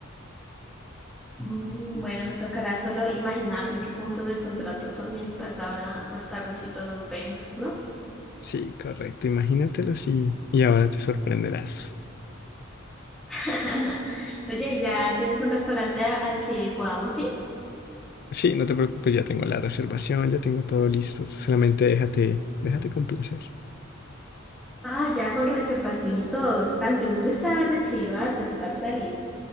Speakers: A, in the centre; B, on the left (about 50°).
A: Mm, Bueno, me tocará solo imaginarme qué puntos del contrato son mientras ahora más tardecito nos vemos, ¿no?
B: Sí, correcto, imagínatelo así y ahora te sorprenderás.
A: <laughs> Oye, ¿ya tienes un restaurante a- al que podamos ir?
B: Sí, no te preocupes, ya tengo la reservación, ya tengo todo listo, solamente déjate, déjate complacer.
A: Ah, ya con reservación y todo. ¿Tan seguro estabas de que iba a aceptar salir?